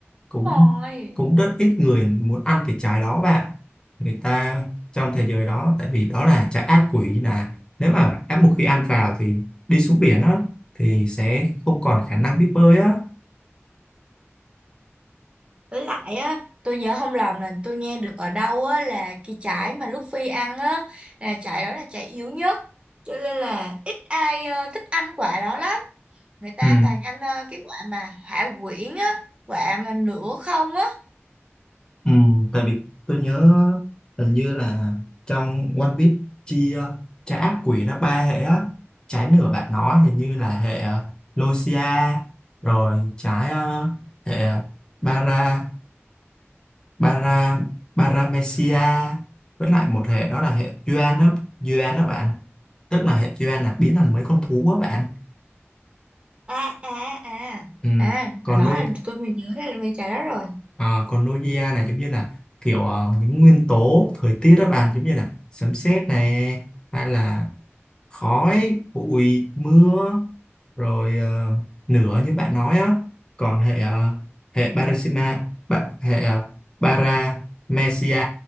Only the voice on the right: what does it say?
Đúng rồi.
Với lại á, tôi nhớ không lầm là tôi nghe được ở đâu á là cái trái mà Luffy ăn á, là trái đó là trái yếu nhất. Cho nên là ít ai ờ, thích ăn quả đó lắm người ta
toàn ăn ờ, cái quả mà hả quyển á quả mà nửa không á
à à à
à
bà nói
là tôi mới nhớ ra là mày trả đó rồi